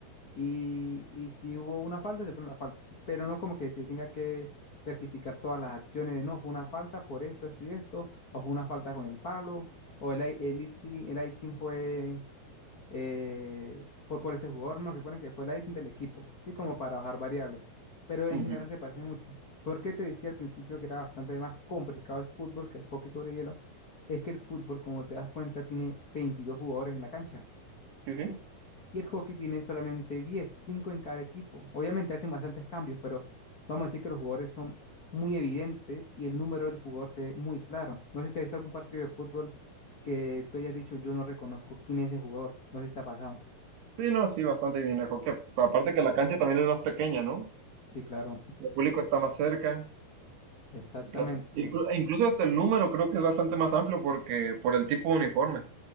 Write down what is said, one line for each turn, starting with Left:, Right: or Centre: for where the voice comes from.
Left: y, y si hubo una falta, se pone la falta. Pero no es como que se tenga que clasificar todas las acciones de no, fue una falta por esto, esto y esto, o fue una falta con el palo, o el, i- el, icing- el icing fue, eh, fue por este jugador, no, se pone que fue el icing del equipo, ¿sí? Como para bajar variables. Pero
Right: ujú.
Left: en general se parecen mucho. Porque te decía al principio que era bastante más complicado el fútbol que el hockey sobre hielo, es que el fútbol, como te das cuenta, tiene 22 jugadores en la cancha.
Right: Sí,
Left: ¿sí?
Right: sí.
Left: Y el hockey tiene solamente 10, 5 en cada equipo. Obviamente hacen bastantes cambios, pero vamos a decir que los jugadores son muy evidentes y el número del jugador se ve muy claro. No sé si has visto algún partido de fútbol que tú hayas dicho, yo no reconozco quién es el jugador. No sé si te ha pasado.
Right: Sí, no, sí, bastante bien mejor hockey. Aparte que la cancha también es más pequeña, ¿no?
Left: Sí, claro,
Right: El público está más cerca.
Left: exactamente.
Right: Las, inclu- e incluso hasta el número creo que es bastante más amplio porque por el tipo de uniforme.